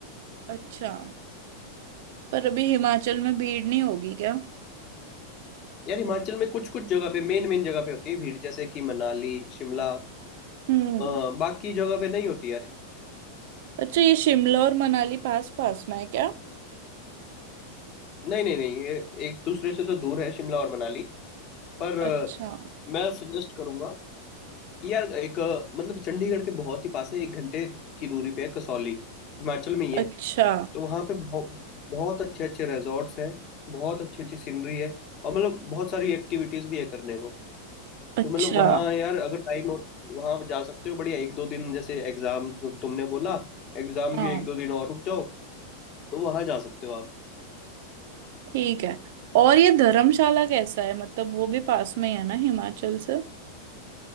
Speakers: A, on the right; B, on the left.
A: अच्छा पर अभी हिमाचल में भीड़ नहीं होगी क्या
B: यार हिमाचल में कुछ कुछ जगह पे मेन मेन जगह पे होती है भीड़ जैसे कि मनाली शिमला
A: हम्म
B: अ, बाकी जगह पे नहीं होती यार
A: अच्छा ये शिमला और मनाली पास पास में है क्या
B: नहीं नहीं नहीं ये एक दूसरे से तो दूर है शिमला और मनाली पर अ,
A: अच्छा
B: मैं सजेस्ट करूंगा कि यार एक अ, मतलब चंडीगढ़ के बहुत ही पास है एक घंटे की दूरी पे है कसौली हिमाचल में ही है
A: अच्छा
B: तो वहाँ पे बहुत बहुत अच्छे अच्छे रिजॉर्ट्स हैं बहुत अच्छी अच्छी सीनरी है और मतलब बहुत सारी एक्टिविटीज भी है करने को
A: अच्छा
B: तो मतलब वहाँ यार अगर टाइम हो वहाँ आप जा सकते हो बढ़िया एक दो दिन जैसे एग्जाम तुमने बोला एग्जाम
A: हाँ
B: के एक दो दिन और रुक जाओ तो वहाँ जा सकते हो आप
A: ठीक है और ये धर्मशाला कैसा है मतलब वो भी पास में ही है ना हिमाचल से